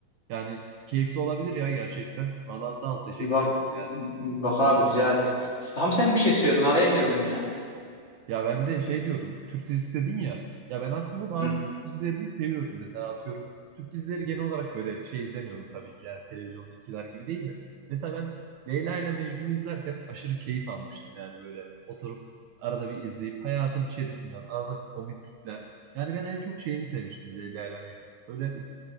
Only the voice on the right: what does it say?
Yani keyifli olabilir ya gerçekten. Vallahi sağ ol, teşekkür
ettim yani.
Ya ben de şey diyordum. Türk dizisi dedin ya. Ya ben aslında bazı
Türk dizilerini seviyorum. Mesela atıyorum Türk dizileri genel olarak böyle şey izlemiyorum tabii ki yani televizyondakiler gibi değil de. Mesela ben Leyla ile Mecnun'u izlerken aşırı keyif almıştım yani böyle oturup arada bir izleyip hayatın içerisinden arada bir komiklikler. Yani ben en çok şeyini sevmiştim Leyla ile Mecnun. Böyle